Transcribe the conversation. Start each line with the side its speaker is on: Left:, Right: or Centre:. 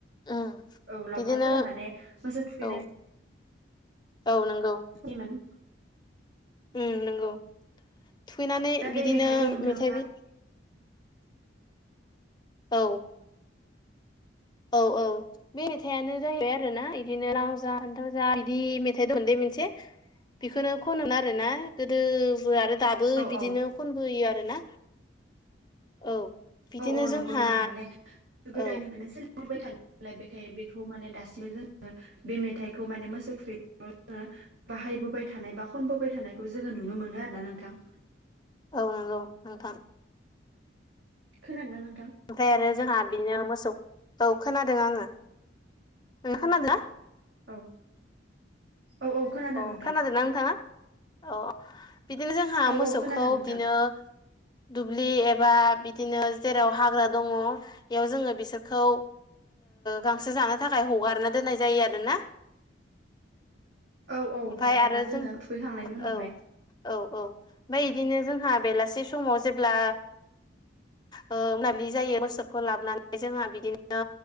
Left: उम
Right: औ लावखारफोरा
Left: बिदिनो
Right: माने मोसौ थुखैनाय
Left: औ औ नंगौ
Right: दिमोन
Left: उ नंगौ थुखैनानै
Right: दा बे
Left: बिदिनो
Right: मेथाइखौ नोंथाङा
Left: मेथाइबो औ औ औ बे मेथाइआनो जाहैबाय आरो ना बिदिनो राव जा फान्थाव जा बिदि मेथाइ दं दे मोनसे बेखौनो खनोन आरो ना गोदोबो आरो। दाबो
Right: औ
Left: बिदिनो
Right: औ
Left: खनबोयो आरोना औ। बिदिनो
Right: औ औ नंगौ
Left: जोंहा
Right: नों थारमाने गोदायनिफ्रायनो
Left: औ
Right: सो बाय थ थानाय नालाय बेखायनो बेखौ माने दासिमबो जोङो बे मेथाइखौ माने मोसौ थुयो। बाहायबोबाय थानाय बा खनबोबाय थानायखौ जोङो नुनो मोनो आरो ना नोंथां।
Left: औ नंगौ नोंथां।
Right: खोनादों नोंथां।
Left: ओमफ्राय आरो जोंहा बिनो मोसौखौ खोनादों आङो नोो खोनादोंला।
Right: औ औ औ खोनादों
Left: अ
Right: नोंथां।
Left: खोनादोंना नोंथाङा औ बिदिनो जोंहा
Right: औ
Left: मोसौखौ
Right: औ खोनादों नोंथां
Left: बिदिनो। दुब्लि एबा बिदिनो जेराव हाग्रा दङ बेयाव जोङो बिसोरखौ। गांसो जानो थाखाय हगारना दोननाय जायो आरो ना
Right: औ औ
Left: ओमफफ्राय
Right: हगारना
Left: आरो
Right: दोनो
Left: जों औ।
Right: थुखैखांनायनि उनावहाय
Left: औ औ ओमफ्राय बिदिनो जोंहा बेलासे समाव जेब्ला। मोनाबिलि जायो मोसौखौ लाबोनानै जोंहा बिदिनो